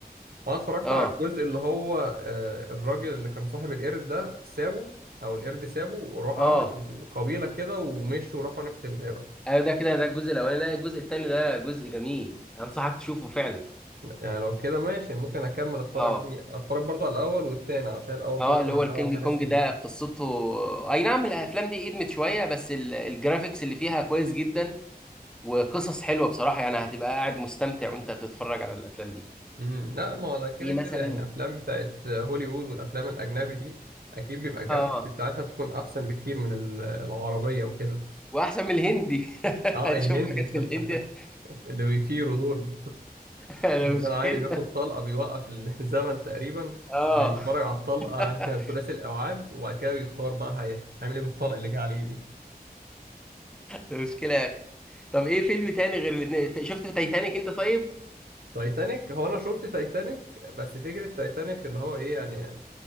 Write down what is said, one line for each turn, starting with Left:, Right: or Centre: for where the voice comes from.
Right: انا اتفرجت
Centre: اه
Right: على الجزء اللي هو آه، الراجل اللي كان صاحب القرد ده سابه او القرد سابه وراح
Centre: اه
Right: عمل قبيله كده ومشوا وراحوا ناحيه الغابه
Centre: ايوه ده كده ده الجزء الاولاني لا الجزء الثاني ده جزء جميل انصحك تشوفه فعلا
Right: يعني لو كده ماشي ممكن اكمل اتفرج
Centre: اه
Right: عليه اتفرج برضه على الاول والتاني عشان الاول برضه
Centre: اه اللي
Right: كان
Centre: هو الكينج
Right: نوعا ما
Centre: كونج
Right: ناسيه
Centre: ده قصته اي نعم الافلام دي ادمت شويه بس ال- الجرافيكس اللي فيها كويس جدا وقصص حلوه بصراحه يعني هتبقى قاعد مستمتع وانت بتتفرج على الافلام دي
Right: امم لا ما هو ده كده
Centre: ايه
Right: كده
Centre: مثلا
Right: يعني افلام بتاعت هوليوود والافلام الاجنبي دي اكيد بيبقى الجرافيكس
Centre: اه
Right: بتاعتها بتكون احسن بكتير من ال- العربيه وكده
Centre: واحسن من الهندي <laughs>
Right: اه
Centre: هتشوف
Right: الهندي
Centre: حاجات في الهندي
Right: <laughs>
Centre: <laughs>
Right: اللي بيطيروا دول
Centre: ده
Right: الانسان
Centre: مشكله
Right: عادي بياخد طلقه بيوقف الزمن تقريبا
Centre: اه
Right: وبيتفرج على
Centre: <laughs>
Right: الطلقه <laughs> ثلاثي الابعاد وبعد كده يختار بقى هي- هيعمل ايه بالطلقه اللي جه عليه دي
Centre: ده مشكله يا اخي طب ايه فيلم تاني غير الاثنين شفت في تايتانيك انت طيب
Right: تايتانيك هو انا شفت تايتانيك بس فكره تايتانيك اللي هو ايه يعني